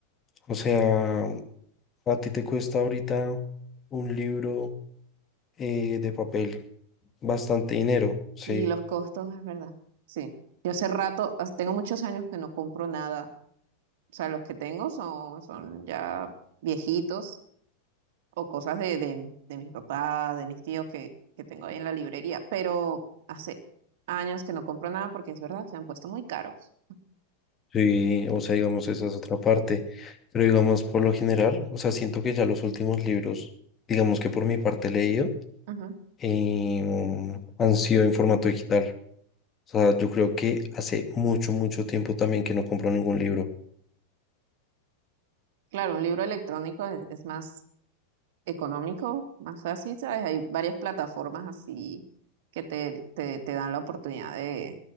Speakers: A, on the left; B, on the right.
A: o sea, a ti te cuesta ahorita un libro eh, de papel bastante dinero, sí.
B: Y los costos, es verdad. Sí. Yo hace rato, hace- tengo muchos años que no compro nada O sea, los que tengo son, son ya viejitos o cosas de, de, de mis papás, de mis tíos que, que tengo ahí en la librería. Pero hace años que no compro nada porque es verdad, se han puesto muy caros.
A: Sí, o sea, digamos, esa es otra parte, pero digamos, por lo general, o sea, siento que ya los últimos libros, digamos que por mi parte he leído,
B: Ujú.
A: em, han sido en formato digital. O sea, yo creo que hace mucho, mucho tiempo también que no compro ningún libro.
B: Claro, un libro electrónico es, es más económico, más fácil, ¿sabes? Hay varias plataformas así que te, te, te dan la oportunidad de,